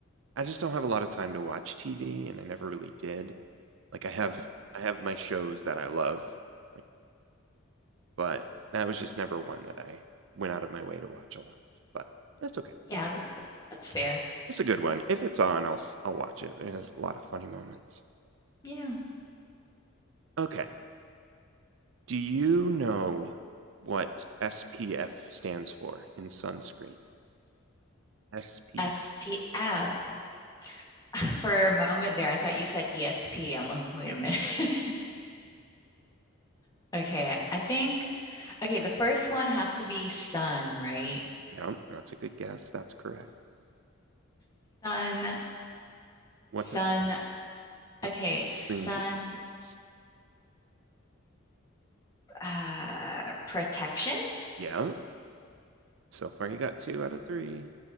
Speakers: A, on the right (about 65°); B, on the left (about 20°).
A: I just don't have a lot of time to watch TV, and I never really did. Like I have I have my shows that I love, like but that was just never one that I went out of my way to watch a lot of. But that's okay.
B: Yeah, th- that's fair.
A: It's a good one. If it's on, I'll i I'll watch it. It has a lot of funny moments.
B: Yeah.
A: Okay. Do you know what SPF stands for in sunscreen? SPF.
B: SPF. <laughs> For a moment there, I thought you said ESP. I'm like, wait a minute. <laughs> Okay, I think okay, the first one has to be sun, right?
A: Yeah, that's a good guess. That's correct.
B: Sun,
A: What
B: sun.
A: does what
B: Okay,
A: does
B: sun
A: green do? for us?
B: uh, protection,
A: Yeah. So far, you got two out of three.